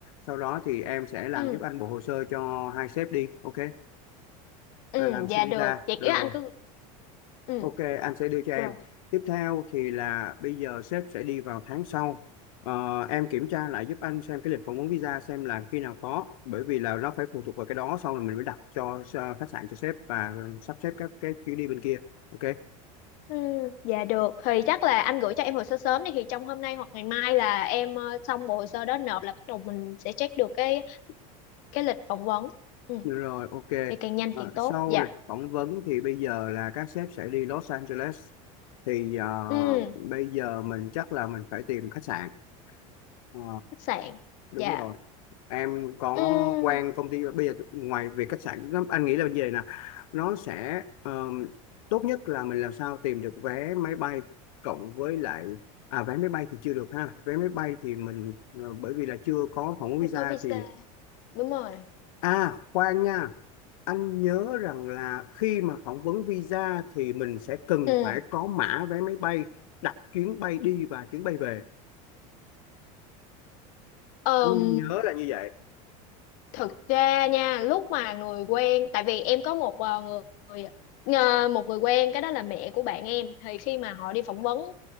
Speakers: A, on the left; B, on the left.
A: sau đó thì em sẽ làm
B: ừ
A: giúp anh bộ hồ sơ cho hai sếp đi ok
B: ừ
A: À, làm xin
B: dạ
A: visa
B: được vậy
A: rồi
B: kiểu anh cứ ừ
A: ok anh sẽ đưa cho em
B: rồi
A: tiếp theo thì là bây giờ sếp sẽ đi vào tháng sau Ờ, em kiểm tra lại giúp anh xem cái lịch phỏng vấn visa xem là khi nào có bởi vì là nó phải phụ thuộc vào cái đó xong rồi mình mới đặt cho ờ, khách sạn cho sếp và sắp xếp các cái chuyến đi bên kia ok
B: ừ dạ được thì chắc là anh gửi cho em hồ sơ sớm đi thì trong hôm nay hoặc ngày mai là em ờ, xong bộ hồ sơ đó nộp là bắt đầu mình sẽ check được cái cái lịch phỏng vấn ừ
A: Rồi, ok.
B: thì càng nhanh
A: À,
B: càng tốt
A: sau
B: dạ
A: lịch phỏng vấn thì bây giờ là các sếp sẽ đi Los Angeles. Thì à,
B: ừ
A: bây giờ mình chắc là mình phải tìm khách sạn. Ờ,
B: khách sạn
A: đúng
B: dạ
A: rồi. Em có
B: ừ
A: quen công ty bây giờ ngoài việc khách sạn nó- anh nghĩ là như vậy nè. Nó sẽ ờ, tốt nhất là mình làm sao tìm được vé máy bay cộng với lại à vé máy bay thì chưa được ha. Vé máy bay thì mình ờ, bởi vì là chưa có phỏng vấn visa
B: phải có visa
A: thì
B: đúng rồi
A: à khoan nha. anh nhớ rằng là khi mà phỏng vấn visa thì mình sẽ cần
B: ừ
A: phải có mã vé máy bay đặt chuyến bay đi và chuyến bay về
B: Ờm,
A: anh nhớ là như vậy
B: thực ra nha lúc mà người quen tại vì em có một ờ, người ờ, một người quen cái đó là mẹ của bạn em thì khi mà họ đi phỏng vấn